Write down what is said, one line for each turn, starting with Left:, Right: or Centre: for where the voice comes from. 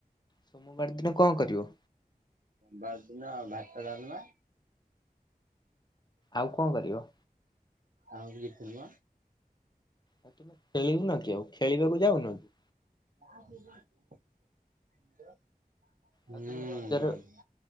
Left: ସୋମବାର ଦିନ କଣ କରିବ?
Right: ସୋମବାର ଦିନ ଭାତ ଡାଲମା।
Left: ଆଉ କଣ କରିବ?
Right: ଆଉ କିଛି ନୂହେଁ।
Left: ଆଉ ତୁମେ ଖେଳିବୁନ କି ଆଉ ଖେଳିବାକୁ ଯାଉନ କି?
Right: ହୁଁ।
Left: ଆଉ ତୁମେ ରଜରେ